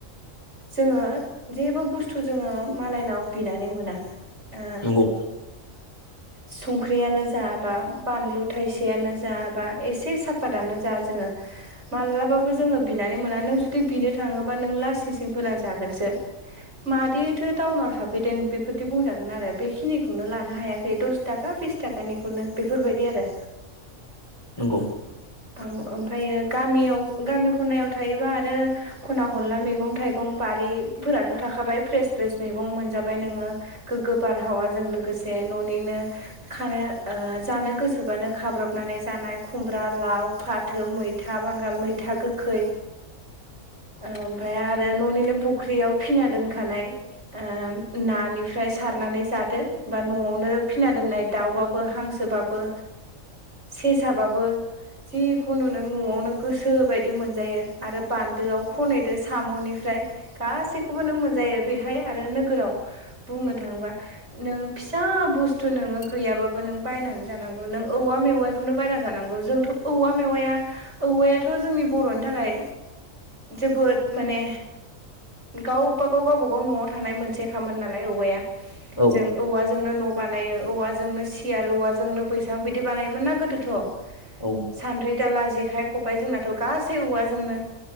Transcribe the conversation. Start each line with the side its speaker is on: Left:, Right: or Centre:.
Right: जोङो जेबो बुस्थु जोङो मालायनाव बिनानै मोना ओ
Left: नंगौ
Right: संख्रियानो जा बा बानलु थाइसेयनो जा बा एसे साफातनो जा जोङो मालाबाबो जोङो बिनानै मोना नों जुदि नों बिनो थांङाब्ला लासिंसिं फोनांजागोन मानोथ एटथ टाउनाव थाफैदों बेफोरदि बुंजागोन आरो बेखिनिखौनो लानो हायाखै दस थाखा बेसा थाखानिखौनो बेफोरबायदि आरो
Left: नंगौ
Right: औ ओमफ्रायो गामियाव गामि खनायाव थायोबा आरो खना खनला मैगं थाइगं बा फोराथ' थाखाबाय फ्र फ्रेस मैगं मोनजाबाय नोङो गोग्गो बारहावाजों लोगोसे न'निनो खानो जानो गोसोबानो खाब्रबनानै जानाय खुमब्रा लाव फाथो मैथा बांगाल मैथा गोखै ओमफफ्राय आरो न'निनो फुख्रियाव फिना दोनखानाय ओम नानिफ्राय सारनानै जादो बा न'आवनो फिना दोननाय दाउबाबो, हांसोबाबो, सेसाबाबो जिखुनु नों न'आवनो गोसो बायदि मोनजायो। आरो बान्दोआव ख'नैदो साम'नि- फ्राय गासैखौबो नों मोनजायो। बेहाय आरो नोगोराव बुंनो थाङोबा नों फिसा बुस्थु नोङो गैयाबाबो नों बायनानै जानांगौ, नों औवा मेवायखौनो बायना जानांगौ। जोंथ' औवा मेवाया औवायाथ' जोंनि बर'नि थाखाय जोबोद माने गावबा-गाव, गावबा-गाव न'आव थानाय मोनसे खामोन नालाय औवाया।
Left: औ
Right: जों औवाजोंनो न'- बानायो औवाजोंनो सियार, औवाजोंनो बैसां बिदि बानायोमोन ना गोदोथ'।
Left: औ
Right: सान्द्रि, दाला, जे- खाइ, खबाय, जोंनाथ' गासै औवा जोंनो।